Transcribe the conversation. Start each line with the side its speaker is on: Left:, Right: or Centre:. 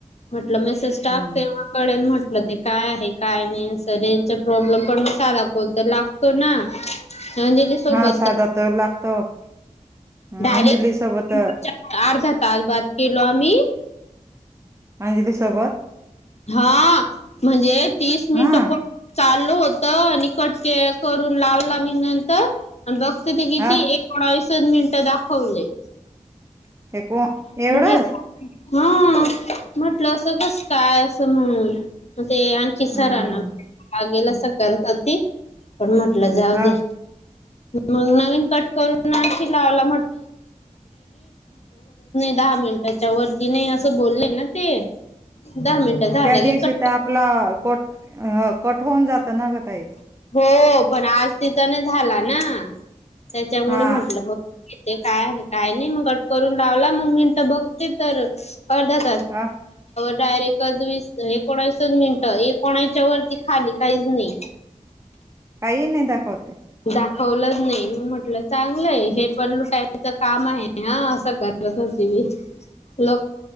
Left: म्हटलं मेसेज टाकते
Right: हम्म
Left: तेव्हा कळेल म्हटलं ते काय आहे काय नाही अस रेंज च प्रॉब्लेम पण मग साधा कॉल तर लागतो ना अंजली सोबत
Right: हा साधा तर लागतो हं..
Left: डायरेक्ट
Right: अंजली सोबत
Left: अर्धा तास बात केलो आम्ही
Right: अंजली सोबत
Left: हा.. म्हणजे तीस मिनिटं
Right: हा
Left: प चालं होतं आणि कट के-करून लावला मी नंतर आणि बघते ते किती
Right: हा
Left: एकोणवीस च मिनिटं दाखवले
Right: हे को एवढंच
Left: घेत हा म्हटलं असं कस काय असं म्हण ते आणखी सरांना
Right: हम्म
Left: गेल
Right: हम्म.
Left: अस करत होती पण म्हटलं जाऊ
Right: हा
Left: दे म नवीन कट करून आणखी लावला <unintelligible> दहा मिनिट पण ती नाही असं बोलले ना ते दहा मिनटं झाले
Right: त्या दिवशी
Left: गे कट कर.
Right: तर आपला कोठ अं.. कट होवून जातं ना गं ताई
Left: हो पण आज तिथंने झाला ना त्याच्यामुळे
Right: हा
Left: म्हटलं बघ ते काय आहे काय नाही मग कट करून लावला मग मिनटं बघते तर अर्धा <unintelligible>
Right: अ
Left: डायरेक्ट <inaudible> मिनिटं एकोणतीस वरती खाली काहीच नाही
Right: काही नाही दाखवतय.
Left: दाखवलंच नाही मग म्हटलं चांगलंय हे पण लुटायचंच काम आहे हा अस कर, त लो